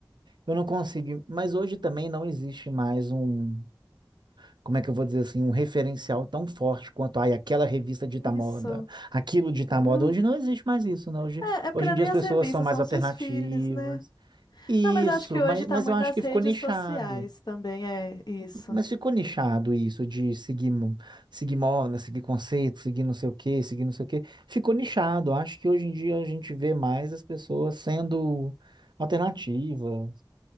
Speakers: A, on the right; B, on the left.
A: Eu não consigo, mas hoje também não existe mais um, como é que eu vou dizer assim, um referencial tão forte quanto, ai, aquela revista dita moda,
B: Isso.
A: aquilo dita
B: Hum.
A: moda. Hoje não existe mais isso, né? Hoje,
B: É, é porque
A: hoje
B: não
A: em
B: é
A: dia
B: nem
A: as
B: as
A: pessoas
B: revistas,
A: são mais
B: são
A: alternativas.
B: os desfiles, né?
A: Isso,
B: Não, mas eu acho que
A: mas,
B: hoje
A: mas
B: tá muito
A: eu acho
B: nas
A: que
B: redes
A: ficou nichado.
B: sociais também, é isso.
A: Mas ficou nichado isso de seguir, mo- seguir moda, seguir conceito, seguir não sei o quê, seguir não sei o quê. Ficou nichado. Acho que hoje em dia a gente vê mais as pessoas sendo alternativas,